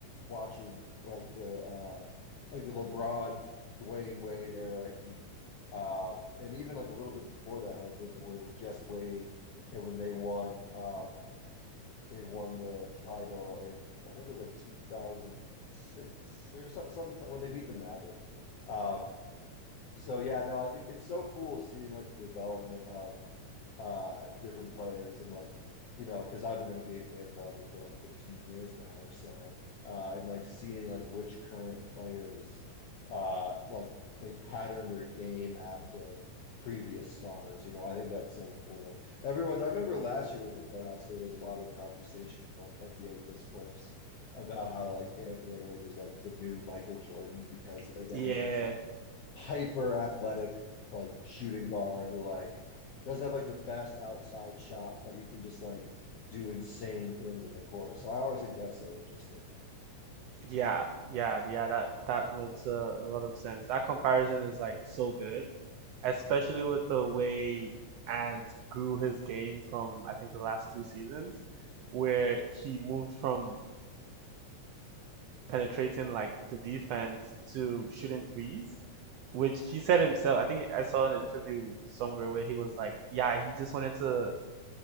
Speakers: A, on the left; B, on the right.
A: watching like the uh like the LeBron Dwayne Wade era Heat. Um and even like a little bit before that, like when when it was just Wade and when they won um they won the title in I think it was like 2006 or something sometime when they beat the Mavericks. Um so yeah, no, I think it's so cool seeing like the development of uh different players and like you know because I've been an NBA fan probably for like 15 years now or so uh and like seeing like which current players uh like they pattern their game after previous stars you know I think that's so cool everyone's I remember last year during the playoffs there was a lot of conversation in like NBA discourse about how like Anthony Edwards was like the new Michael Jordan because again
B: Yeah,
A: he's like this like hyper athletic like shooting guard who like doesn't have like the best outside shot, but he can just like do insane things in the court. So I always think that's so interesting.
B: Yeah, yeah, yeah, that that makes a, a lot of sense. That comparison is like so good, especially
A: Yeah.
B: with the way Ant grew his game from I think the last two seasons, where he moved from penetrating like the defense to shooting threes, which he said himself, I think I saw an interview somewhere where he was like, yeah, he just wanted to